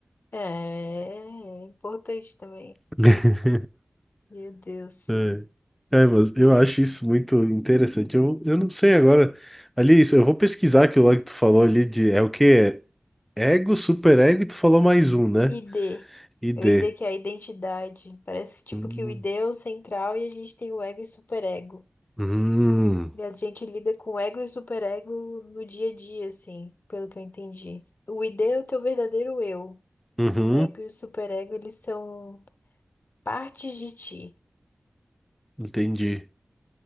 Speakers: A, on the left (about 60°); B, in the centre.
A: É, é importante também.
B: <laughs>
A: Meu Deus.
B: É. É, mas eu
A: Mas
B: acho isso muito interessante. Eu, eu não sei agora. Ali, isso, eu vou pesquisar aquilo lá que tu falou ali de. É o quê? Ego, superego, e tu falou mais um, né?
A: ID.
B: ID.
A: É O ID que é a identidade. Parece tipo
B: Hum,
A: que o ID é o central e a gente tem o ego e superego.
B: hum,
A: E a gente lida com ego e superego no dia a dia, assim, pelo que eu entendi. O ID é o teu verdadeiro eu.
B: uhum,
A: O ego e o superego, eles são partes de ti.
B: entendi.